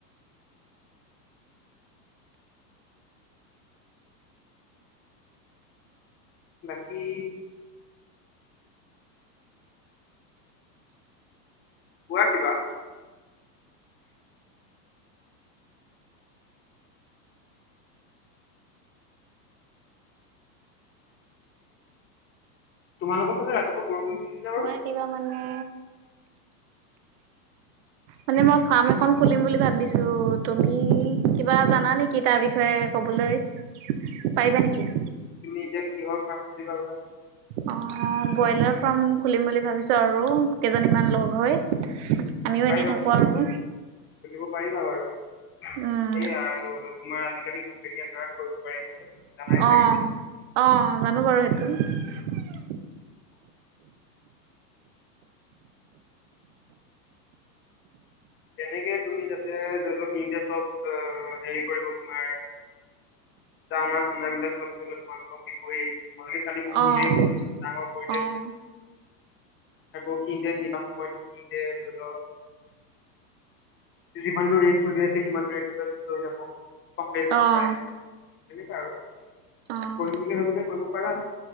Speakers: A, on the left; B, on the right.
A: বাকী কোৱা কিবা তোমালোকৰ ফালে ৰাতিপুৱা বৰষুণ দিছিল নে বাৰু
B: কোৱা কিবা মানে
A: <inaudible>
B: মানে মই ফাৰ্ম এখন খুলিম বুলি ভাবিছো তুমি কিবা জানা নেকি তাৰ বিষয়ে ক'বলৈ পাৰিবা নেকি
A: তুমি এতিয়া কিহৰ ফাৰ্ম খুলিবা বা
B: অ ব্ৰইলাৰ ফাৰ্ম খুলিম বুলি ভাবিছো আৰু কেইজনীমান লগ হৈ আমিও
A: পাৰিবা
B: এনেই থাকো আৰু
A: খুলিব পাৰিবা বাৰু
B: উম
A: সেয়া আৰু তোমাৰ আজিকালি কোম্পেনী আন্দাৰত কৰিব পাৰি জানাই
B: অ
A: চাগে
B: অ জানো বাৰু সেইটো
A: <inaudible> তেনেকে তুমি যাতে ধৰি লও সিঁহতে চব হেৰি কৰিব তোমাৰ ডানা চানা বিলাক চব ধৰি লও তোমালোকক দিবই ভালকে খালি
B: অ',
A: পুহিলেই হ'ল ডাঙৰ কৰিলেই
B: অ',
A: হ'ল আকৌ সিতে নিয়া সময়তো সিতে ধৰি লও যিমানটো ৰেট চলি আছে সিমানটো ৰেটতে লৈ যাব কম বেচ
B: অ',
A: নকৰে তেনেকুৱা আৰু
B: অ',
A: কৰিম বুলি ভাবিলে কৰিব পাৰা